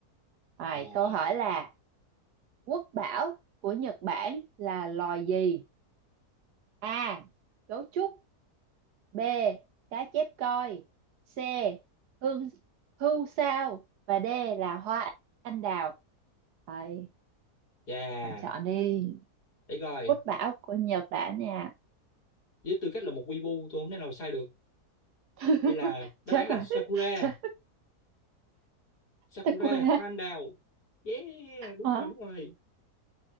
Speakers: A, on the right (about 80°); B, on the left (about 90°).
A: rồi
B: Rồi.
A: câu hỏi là quốc bảo của Nhật Bản là loài gì A. Gấu trúc B. Cá chép coi C. Hương hưu sao và D là hoa anh đào Rồi,
B: Yeah,
A: bạn chọn đi
B: để coi.
A: Quốc bảo của Nhật Bản nha
B: với tư cách là một weeaboo tôi không thể nào sai được
A: <laughs>
B: đây là đáp
A: Chết
B: án là
A: rồi
B: Sakura
A: Chết
B: Sakura
A: Sakura
B: hoa anh đào yeah đúng
A: Hả?
B: rồi đúng rồi